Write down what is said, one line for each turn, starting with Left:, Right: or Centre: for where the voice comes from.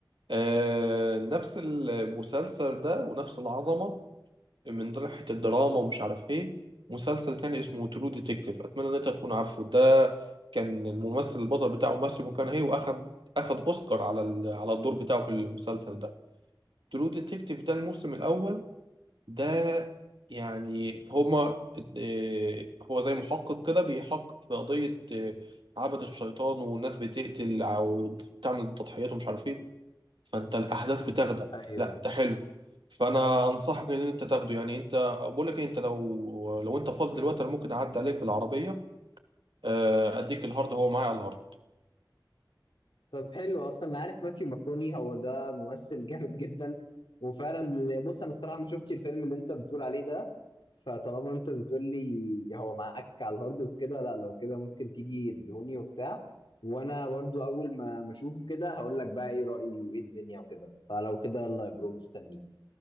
Right: آه نفس المسلسل ده ونفس العظمة من ناحية الدراما ومش عارف ايه مسلسل تاني اسمه ترو ديتكتيف اتمنى ان انت تكون عارفه ده كان الممثل البطل بتاعه ماسيو مكانهي واخد اخد اوسكار على ال... على الدور بتاعه في المسلسل ده ترو ديتكتيف ده الموسم الاول ده يعني هما آه، هو زي محقق كده بيحقق في قضية آه، عبد الشيطان والناس بتقتل او بتعمل تضحيات ومش عارف ايه فانت الاحداث بتاخدك
Left: ايوه
Right: لا ده حلو فانا انصحك ان انت تاخده يعني انت بقول لك إيه، انت لو لو انت فاضي دلوقتي انا ممكن اعدي عليك بالعربيه آه، اديك الهارد هو معايا على الهارد
Left: طب حلو اصلا انا عارف ماثيو ماكوني هو ده ممثل جامد جدا وفعلا بص انا الصراحه ما شفتش الفيلم اللي انت بتقول عليه ده فطالما انت بتقول لي هو معاك على الهارد وكده لا لو كده ممكن تيجي تدهوني وبتاع وانا برضو اول ما ما اشوفه كده هقول لك بقى ايه رأيي وايه الدنيا وكده فلو كده يلا يا برو مستنيك